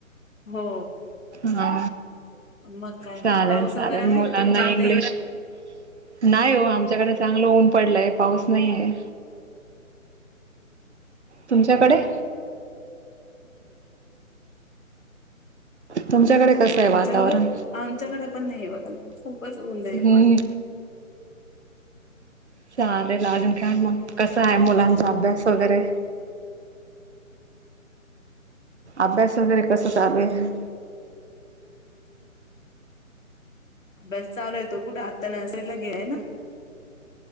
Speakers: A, on the left; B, on the right.
A: हो.
B: हा
A: मग काय
B: चालेल
A: पाऊस
B: चालेल
A: वगैरे आहे
B: मुलांना
A: का तुमच्याकडे
B: इंग्लिश नाही हो आमच्याकडे चांगलं ऊन पडलय पाऊस नाही आहे. तुमच्याकडे तुमच्याकडे? कसं आहे
A: आमच्याकडे
B: वातावरण
A: आमच्याकडे पण नाही बघा खूपच नलंं आहे.
B: वर. चालेल अजून का्या मग कसं आहे मुलांचा अभ्यास वगैरे अभ्यास वगैरे कसं चालू आहे.
A: बस चालू आहेेतो कुठे आत्ता नर्सरीला घेय ना.